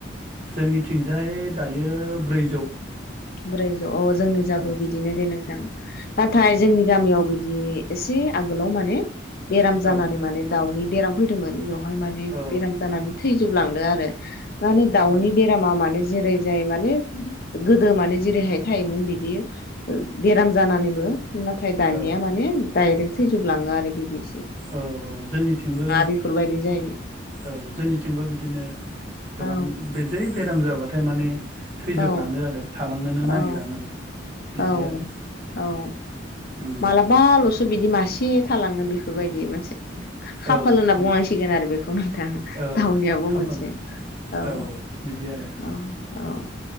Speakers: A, on the right (about 40°); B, on the left (about 50°).
A: जोंनिथिंजाय दायो ब्रैजौ।
B: ब्रै अ जोंनि
A: औ
B: जाबो बिदिनो दे नोंथां। नाथाय
A: ओं
B: जोंनि गामियाव बिदि बिदि एसे आगोलाव माने बेराम जानानै
A: औ
B: माने दाउनि बेराम फैदोंमोन बेवहाय माने
A: औ
B: बेराम जानानै थैजोबलांदों। आरो। माने दाउनि
A: औ
B: बेरामा माने जेरै जायो माने गोदो माने जेरैहाय थायोमोन बिदि बेराम जानानैबो नाथाय दानिया
A: औ
B: माने डाइरेक्ट। थैजोबलाङो आरो बिदि।
A: औ औ जोंनिथिंबो
B: बेफोरबायदि जायो
A: औ जोंनिथिंबो बिदिनो गोबां
B: औ
A: बे जै बेराम जाबाथाय माने थैजोबलाङो
B: औ
A: आरो थ लांनोनो नागिरा
B: औ
A: माने
B: औ
A: आरो
B: औ
A: उम
B: मालाबाल'सो बिदि मा आसि थालाङो बेफोरबायदि मोनसे। खाफाल
A: औ
B: होनना
A: बिदि
B: बुंनांसिगोन आरो बेखौ नोंथां
A: औ
B: दावनियाबो
A: खाफाल
B: मोनसे औऔऔ।
A: औ बिदि आरो